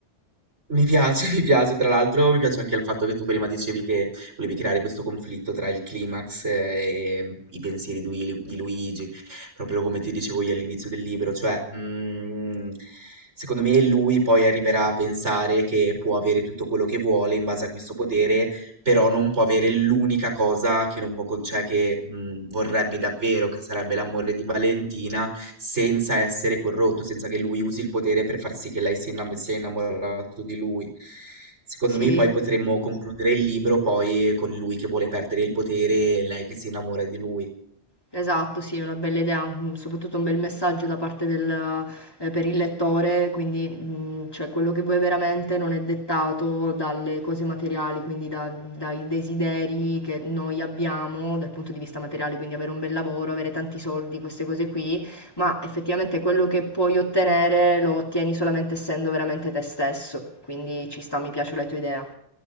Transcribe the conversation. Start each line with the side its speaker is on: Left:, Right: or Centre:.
Right: Mi piace, <laughs> mi piace. Tra l'altro, mi piace anche il fatto che tu prima dicevi che volevi creare questo conflitto tra il climax eh, e mm, i pensieri di, Wil- di Luigi, proprio come ti dicevo io all'inizio del libro. Cioè, mm, secondo me lui poi arriverà a pensare che può avere tutto quello che vuole in base a questo potere però non può avere l'unica cosa che non può, con- cioè che mh, vorrebbe davvero, che sarebbe l'amore di Valentina, senza essere corrotto, senza che lui usi il potere per far sì che lei si innam- sia innamorato di lui. Secondo
Left: Sì.
Right: me poi potremmo concludere il libro poi con lui che vuole perdere il potere e lei che si innamora di lui.
Left: Esatto, sì, è una bella idea, un- soprattutto un bel messaggio da parte del, eh, per il lettore, quindi mh, cioè, quello che vuoi veramente non è dettato dalle cose materiali, quindi da- dai desideri che noi abbiamo dal punto di vista materiale, quindi avere un bel lavoro, avere tanti soldi, queste cose qui, ma effettivamente quello che puoi ottenere lo ottieni solamente essendo veramente te stesso, quindi ci sta, mi piace la tua idea.